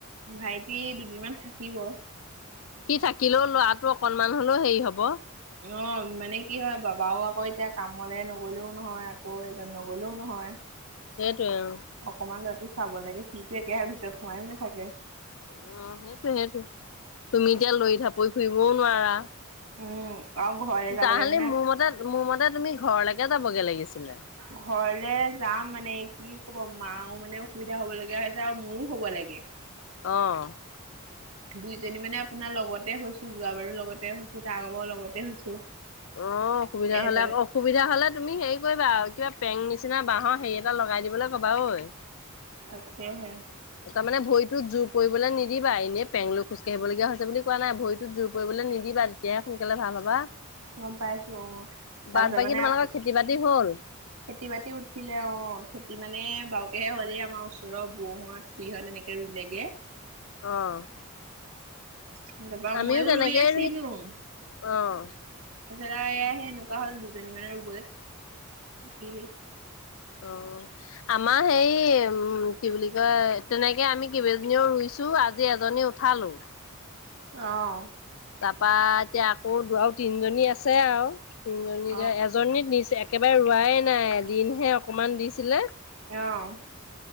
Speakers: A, on the right; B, on the left.
A: ভাইটি দুদিনমান থাকিব।
B: সি থাকিলেও ল'ৰাটো অকনমান হলেও হেৰি হ'ব।
A: অ মানে কি হয় বাবাও আকৌ এতিয়া কামলে নগলেও নহয়। কয় যে নগলেও নহয়।
B: সেইটোৱে অ
A: অকমান ল'ৰাটো চাব লাগে সিটো একেৰাহে ভিতৰত সোমাই নাথাকে।
B: উম সেইটোৱে সেইটোৱে তুমি এতিয়া লৰি ঢাপৰি ফুৰিবও নোৱাৰা
A: উম আৰু ঘৰলে
B: তাহালি
A: যাবলে মানে
B: মোৰ মতে মোৰ মতে তুমি ঘৰলেকে যাবগে লাগিছিলে
A: ঘৰলে যাম মানে কি ক'ব মাও মানে অসুবিধা হব লগীয়া হৈ আছে আৰু মোৰো হ'ব লাগে
B: অ
A: দুইজনী মানে আপোনাৰ লগতে হৈছো যোৱা বাৰো লগতে হৈছো তাৰ আগ বাও লগতে হৈছো
B: অ অসুবিধা
A: এজনী
B: হলে আকৌ অসুবিধা হলে তুমি হেৰি কৰিবা কিবা পেং নিচিনা বাঁহৰ সেই এটা লগাই দিবলে ক'বা ঐ
A: তাকেহে
B: তা মানে ভৰিটোত জোৰ পৰিবলে নিদিবা এনেই পেংলো খোজকাঢ়িব লগীয়া হৈছে বুলি কোৱা নাই ভৰিটোত জোৰ পৰিবলৈ নিদিবা তেতিয়াহে সোনকালে ভাল হবা
A: গম পাইছো অ তাৰপিছত
B: বাদ বাকী
A: মানে
B: তোমালোকৰ
A: আপু
B: খেতি বাতি হ'ল?
A: খেতি-বাতি উঠিলে অ খেতি মানে বাৰুকেহে হ'লেই আমাৰ ওচৰৰ বৌহত খুৰী সতে এনেকে ৰুলেগে
B: অ
A: চিনি নাপাওঁ
B: আমিও
A: ময়ো
B: তেনেকেই
A: ৰুই আছিলুং
B: অ'
A: তাৰপছত আৰু এয়া সে এনেকুৱা হল দুজনী মানৰ ৰুবলে থাকিলেই
B: অ আমাৰ হেই উম কি বুলি কয় তেনেকে আমি কেইবাজনীও ৰুই ছো আজি এজনী উঠালো
A: অ
B: তাৰপা এতিয়া আকৌ দু আৰু তিনজনী আছে আৱ তিনিজনী
A: অ',
B: যে জনী নিছে একেবাৰে ৰোৱাই নাই এদিনহে অকমান দিছিলে
A: অ'।